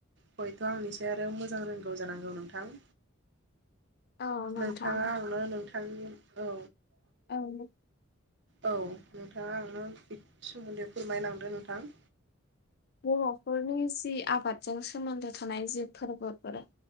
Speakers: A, on the right; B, on the left.
A: हयथ' आंनिसाय आरो मोजां रोंगौ जानांगौ नोंथां।
B: औ नोथां
A: नोंथाङा आंनो नोंथांनि औ
B: <unintelligible>
A: औ नोंथाङा आंनो बे सोमोन्दै फोरमायलांदों नोंथां।
B: बर'फोरनि जि आबाद जों सोमोन्दो थानाय जि फोरबोफोर